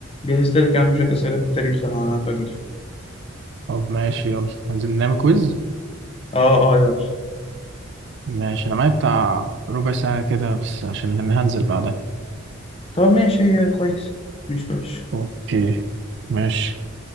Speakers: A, on the left (about 25°); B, on the right (about 55°).
A: جهزت لك يا عم شوية أسئلة في التاريخ أنا عارفك بتحب
B: طب ماشي يلا عايزين نعمل كويز
A: آه آه يلا
B: ماشي انا معايا بتاع ربع ساعة كده بس عشان هن- هنزل بعدها
A: طب ماشي هي كويس مش وحش
B: اوكي ماشي